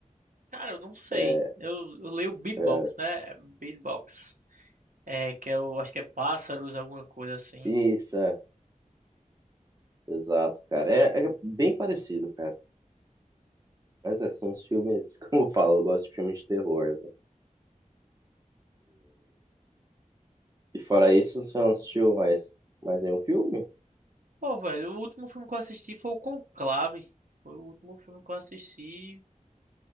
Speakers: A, on the right; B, on the right.
A: Cara, eu não sei.
B: É,
A: Eu, eu leio beatbox,
B: é,
A: né? É Beatbox. É, que é o. Acho que é pássaros, alguma coisa assim.
B: isso, é, exato, cara. É, é bem parecido, cara. Mas é, são os filmes, <laughs> como eu falo, eu gosto de filmes de terror, né? E, e fora isso, você não assistiu mais, mais nenhum filme?
A: Pô, velho, o último filme que eu assisti foi o Conclave. Foi o último filme que eu assisti.